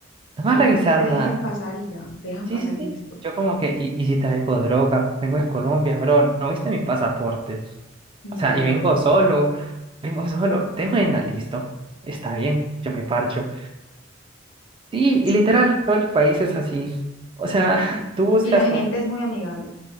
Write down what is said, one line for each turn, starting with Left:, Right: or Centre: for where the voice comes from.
Right: No me
Left: sea,
Right: va
Left: solamente
Right: a revisar
Left: te dejen
Right: nada.
Left: pasar y ya, te dejan
Right: Sí,
Left: pasar
Right: sí, sí.
Left: y listo.
Right: Yo como que, ¿y, y si traigo droga? Vengo de Colombia, bro. ¿No viste mi pasaporte?
Left: Mira
Right: O sea, y
Left: lo
Right: vengo
Left: otro.
Right: solo, vengo solo, de buena, listo, está bien, yo me parcho. Sí,
Left: Espe-
Right: y literal, todo el país es así. O sea, <laughs> tú buscas
Left: Y la gente
Right: como,
Left: es muy amigable.